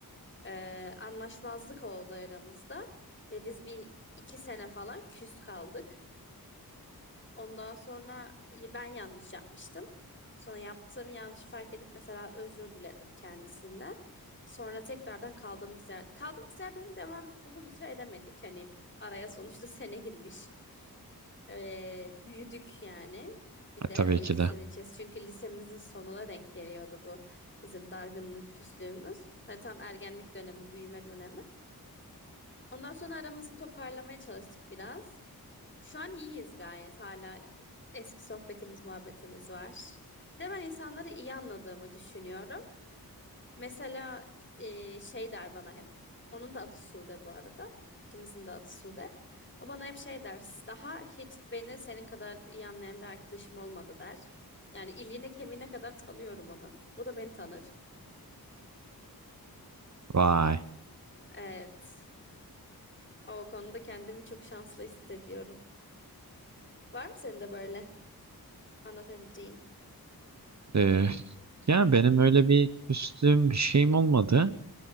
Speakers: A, on the left; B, on the right.
A: e, anlaşmazlık oldu aramızda ve biz bir iki sene falan küs kaldık. Ondan sonra ben yanlış yapmıştım. Sonra yaptığım yanlışı fark edip mesela özür diledim kendisinden. Sonra tekrardan kaldığımız yer, kaldığımız yerden devam uzun bir süre edemedik. Hani araya sonuçta <laughs> sene girmiş. Ee, büyüdük yani. Bir
B: E,
A: de
B: tabii
A: o
B: ki
A: ikisinin
B: de.
A: içerisinde. Çünkü lisemizin sonuna denk geliyordu bu bizim dargınlık küslüğümüz. Hani tam ergenlik dönemi, büyüme dönemi. Ondan sonra aramızı toparlamaya çalıştık biraz. Şu an iyiyiz gayet hala. Eski sohbetimiz, muhabbetimiz var. Bir de ben insanları iyi anladığımı düşünüyorum. Mesela e, şey der bana hep. Onun da adı Sude bu arada. İkimizin de adı Sude. O bana hep şey der. Daha hiç beni senin kadar iyi anlayan bir arkadaşım olmadı der. Yani iliğine kemiğine kadar tanıyorum onu. O da beni tanır.
B: Vay.
A: Evet. O konuda kendimi çok şanslı hissediyorum. Var mı senin de böyle anlatabileceğin?
B: Ee, yani benim öyle bir küstüğüm bir şeyim olmadı.